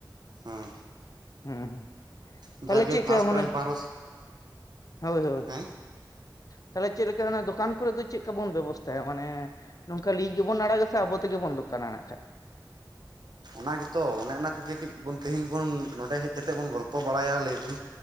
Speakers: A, on the right; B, on the left.
A: ᱦᱮᱸ
B: ᱦᱮᱸ ᱦᱮᱸ
A: ᱡᱟᱜᱮ
B: ᱛᱟᱦᱞᱮ ᱪᱮᱫᱠᱟ
A: ᱯᱷᱟᱥᱴ ᱯᱨᱟᱭᱤᱡᱽ
B: ᱢᱟᱱᱮ
A: ᱵᱟᱨᱚᱥ
B: ᱦᱳᱭ ᱦᱳᱭ
A: ᱦᱮᱸ
B: ᱛᱟᱦᱚᱞᱮ ᱪᱮᱫ ᱞᱮᱠᱟ ᱚᱱᱟ ᱫᱚᱠᱟᱱ ᱠᱚᱨᱮ ᱫᱚ ᱪᱮᱫ ᱞᱮᱠᱟ ᱵᱚᱱ ᱵᱮᱵᱚᱥᱛᱷᱟᱭᱟ ᱢᱟᱱᱮ ᱱᱚᱝᱠᱟ ᱞᱤᱡᱽ ᱜᱮᱵᱚᱱ ᱟᱲᱟᱜᱟ ᱥᱮ ᱟᱵᱚ ᱛᱮᱜᱮ ᱵᱚᱱ ᱫᱚᱠᱟᱱᱟ ᱱᱟᱜ ᱠᱷᱟᱡ᱾
A: ᱚᱱᱟ ᱜᱮᱛᱚ ᱚᱱᱮ ᱚᱱᱟ ᱠᱚᱜᱮ ᱠᱟᱹᱡ ᱵᱚᱱ ᱛᱮᱦᱤᱧ ᱵᱚᱱ ᱱᱚᱰᱮ ᱦᱮᱡ ᱠᱟᱛᱮᱫ ᱵᱚᱱ ᱜᱚᱞᱯᱚ ᱵᱟᱲᱟᱭᱟ ᱞᱟᱹᱭ ᱫᱟᱹᱧ᱾